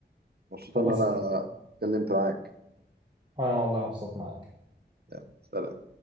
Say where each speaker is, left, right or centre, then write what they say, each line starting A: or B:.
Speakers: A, on the right; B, on the right.
A: مبسوط ان
B: الله
A: انا
B: سلام
A: اتكلمت معاك
B: أنا والله مبسوط معك
A: يلا سلام